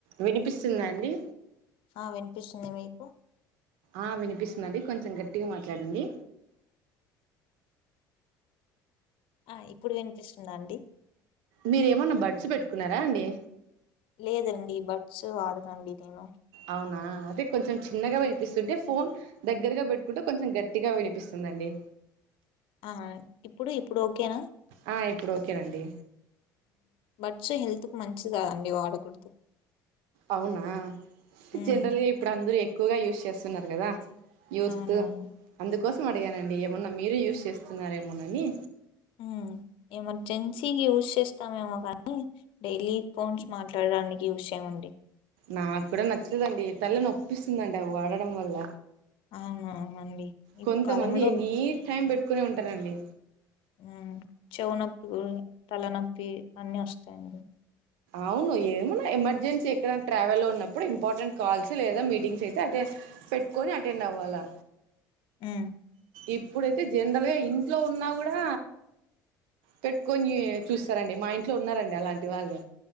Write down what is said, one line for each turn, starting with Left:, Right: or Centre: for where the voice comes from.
Right: వినిపిస్తుందా అండి
Left: ఆ వినిపిస్తుంది మీకు
Right: ఆ వినిపిస్తుందండి కొంచెం గట్టిగ మాట్లాడండి
Left: ఆ ఇప్పుడు వినిపిస్తుందండి
Right: మీరేమన్న బడ్స్ పెట్టుకున్నారా అండి
Left: లేదండి బడ్స్ వాడనండి నేను
Right: అవునా అదే కొంచెం చిన్నగ వినిపిస్తుంటే ఫోన్ దగ్గరగా పెట్టుకుంటే కొంచెం గట్టిగా వినిపిస్తుందండి
Left: ఆ ఇప్పుడు ఇప్పుడు ఓకేనా
Right: ఆ ఇప్పుడు ఓకేనండి
Left: బట్స్ హెల్త్ కు మంచిది కాదండి వాడకూడదు
Right: అవునా
Left: ఉమ్
Right: జనరల్గా ఇప్పుడు అందరుూ ఎక్కువగా యూస్్ చేస్తున్నారు కదా యూత్
Left: అవునవును
Right: అందుకోసం అడిగానండి ఏమన్నా మీరే యూస్్ చేస్తున్నార ఏమనని
Left: హ ఎమర్జెన్సీకి యూజ చేస్తామేమో కానీ డైలీ ఫోన్స్ మాట్లాడడానికి యూసేయండి
Right: నాకు కూడా నచ్చదండి తల్ల నొప్పిస్తుందండి అవి వాడడం వల్ల
Left: అవున అవునండి ఇప్పుడు
Right: కొంతమంది
Left: కాలంలో
Right: ఎనీ టైం పెట్టుకునే ఉంటారంండి
Left: ఉమ్ చెవు నొప్పి తలనొప్పి అన్నీ వస్తాయండి
Right: అవును ఏమనా ఎమర్జెన్సీ ఎక్కడ ట్రావెల్ ఉన్నప్పుడు ఇంపార్టెంట్ కాల్స్ లేదా మీటింగ్స్ అయితే అే పెట్టుకొని అటెండ్ అవ్వాలా
Left: ఆ
Right: ఇప్పుడైతే జనరల్ గా ఇంట్లో ఉన్నా కూడా పెట్టుకొని చూస్తారంండి మా ఇంట్లో ఉన్నారండి అలాంటి వాళ్ళు